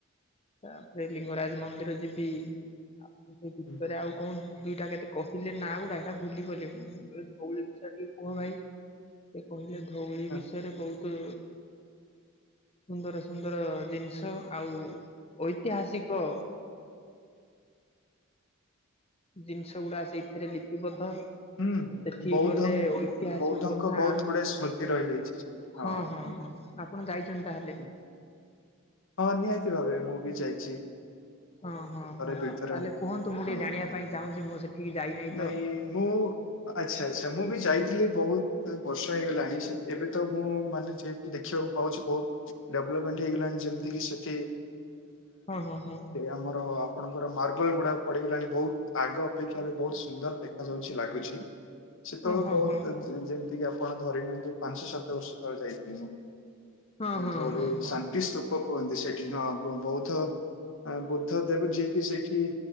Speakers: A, on the left; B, on the left.
A: ତାପରେ ଲିଙ୍ଗରାଜ ମନ୍ଦିର ଯିବି। ଆଉ ସେ ଭିତରେ
B: ହଁ ହୁଁ ହୁଁ
A: ଆଉ କଣ ଦିଇଟା କେତେ କହିଲେ ନା ଗୁଡା ହେଇଟା ଭୁଲିଗଲି ମୁଁ। ବିଷୟରେ ଟିକେ କୁହ ଭାଇ, ସେ କହିଲେ ଧଉଳି
B: ହଁ।
A: ବିଷୟରେ ବହୁତ ସୁନ୍ଦର ସୁନ୍ଦର ଜିନିଷ ଆଉ ଐତିହାସିକ
B: <inaudible>
A: ଜିନିଷ ଗୁଡା ସେଇଥିରେ ଲିପିବଦ୍ଧ। ସେଠିକି
B: ହୁଁ, ହୁଁ। ବୌଦ୍ଧ
A: ଗଲେ ଐତିହାସିକ
B: ବୌଦ୍ଧଙ୍କ
A: କଥା
B: ବହୁତ ଗୁଡାଏ ସ୍ମୃତି ରହିଯାଇଛି ସେଠି
A: ହଁ ହଁ
B: ହୁଁ,
A: ହଁ। ଆପଣ ଯାଇଛନ୍ତି ତାହେଲେ।
B: ହୁଁ। ହଁ ନିହାତି ଭାବେ ମୁଁ ବି ଯାଇଛି।
A: ହଁ ହଁ
B: ଥରେ
A: ହଁ,
B: ଦୁଇଥର
A: ତାହେଲେ କୁହନ୍ତୁ ମୁଁ
B: ହଁ।
A: ଟିକେ ଜାଣିବା ପାଇଁ ଚାହୁଁଛି ମୁଁ ସେଠି ସେଠିକି ଯାଇନାହିଁ
B: ନାଇଁ
A: ତ!
B: ମୁଁ ଆଚ୍ଛା ଆଚ୍ଛା, ମୁଁ ବି ଯାଇଥିଲି ବହୁତ ବର୍ଷ ହେଇଗଲାଣି ଏବେ ତ ମୁଁ ମାନେ ଯେହେତୁ ଦେଖିବାକୁ ପାଉଛି ବହୁତ। ଡେଭଲପମେଣ୍ଟ ହେଇଗଲାଣି ଯେମିତିକି ସେଠି
A: ହଁ ହଁ ହଁ।
B: ଆମର ଆପଣଙ୍କର ମାର୍ବଲ ଗୁଡାକ ପଡିଗଲାଣି ବହୁତ ଆଗ ଅପେକ୍ଷା। ବହୁତ ସୁନ୍ଦର ଦେଖା ଯାଉଛି ଲାଗୁଛି ସେତେବେଳଳେ
A: ଓହୋ
B: ବହୁତ
A: ହୋ
B: ଯେମିତି କି ଆପଣ ଧରି ପାଞ୍ଚ ସାତ ବର୍ଷ ତଳେ ଯାଇଥିଲି ମୁଁ,
A: ହଁ ହଁ
B: ଧଉଳି
A: ହଁ ହଁ
B: ଶାନ୍ତି ସ୍ତୁପ। କୁହନ୍ତି ସେଠି ହଁ ବୌଦ୍ଧ ବୁଦ୍ଧ ଦେବ ଯିଏକି ସେଇଠି